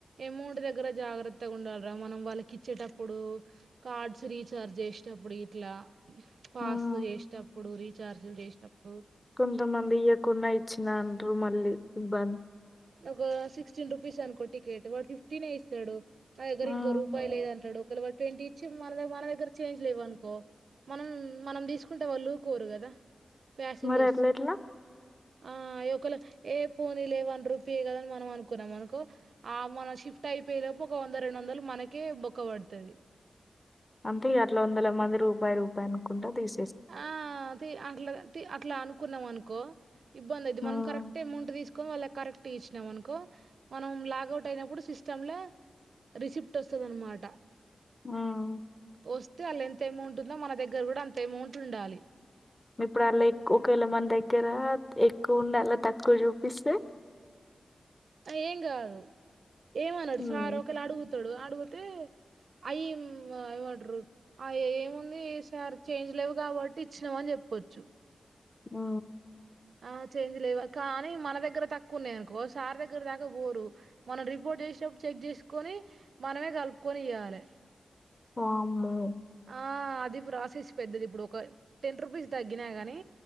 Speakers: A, on the right; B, on the left.
A: ఎమౌంట్ దగ్గర జాగ్రత్తగా ఉండాల్ రా మనం వాళ్ళకి ఇచ్చేటప్పుడు కార్డ్స్ రీచార్జ్ జేసేటప్పుడు ఇట్లా పాస్
B: హ్మ్.
A: చేసేటప్పుడు రీఛార్జ్ లు జేసేటప్పుడు
B: కొంతమంది ఇయ్వకుండా ఇచ్చిన అంటారు మళ్ళీ ఇబ్బంది
A: ఒగ సిక్స్టీన్ రుపీస్ అనుకో టికెట్ వాడు ఫిఫ్టీనే ఇస్తాడు నా దగ్గర
B: హ్మ్.
A: ఇంకో రూపాయి లేదంటడు ఒకవెళ వాడు ట్వంటీ ఇచ్చి మన ద మన దగ్గర చేంజ్ లేవు అనుకో మనం మనం దీసుకుంటే వాళ్ళు ఊకోరు గదా ప్యాసింజర్స్
B: మరి అట్లెట్లా?
A: ఆ ఆ ఏం ఒక ఏల ఏ పోనీ లే వన్ రూపీయే గద అని మనం అనుకున్నాం అనుకో ఆ మనం షిఫ్ట్ అయిపోయెలో ఒగ వంద రెండు వందలు మనకే బొక్క బడతది
B: అంటే ఇగ అట్ల వందల మంది రూపాయ్ రూపాయ్ అనుకుంటా దీస్
A: ఆ తి అట్లా అట్లా అనుకున్నాం అనుకో ఇబ్బంది అయిద్ది
B: హ్మ్.
A: మనం కరెక్ట్ ఎమౌంట్ తీసుకొ వాళ్ళ కరెక్ట్ గిచ్చినాం అనుకో మనం లాగౌట్ అయినప్పుడు సిస్టమ్ లా రిసిప్ట్ వస్తదనమాట
B: హ్మ్.
A: వస్తే ఆళ్ళ ఎంత ఎమౌంట్ ఉందో మన దగ్గర గుడా అంతే ఎమౌంట్ ఉండాలి
B: ఇప్పుడు ఆళ్ళ గక్ ఒకవేళ మన దగ్గర ఎక్కువ ఉండల్ల తక్కువ జూపిస్తే
A: ఏం గాదు ఏమనడు
B: హ్మ్.
A: సార్ ఒకేళ అడుగుతాడు అడుగుతే అయ్యి మ్ ఎమండ్రం ఆ ఏముంది సార్ చేంజ్ లేవు గాబట్టి ఇచ్చినాము అని జెప్ పొచ్చు
B: మా
A: ఆ చేంజ్ లేవా కానీ మన దగ్గర తక్కువ ఉన్నాయనుకో సార్ దగ్గర దాకా బోరు మనం రిపోర్ట్ జె సెటప్పుడు చెగ్ జేసుకొని మనమే గలుపుకొని ఇయ్యాలె
B: వామ్మో
A: ఆ అది ప్రాసెస్ పెద్దది ఇబ్బుడు ఒక టెన్ రూపీస్ తగ్గినా గాని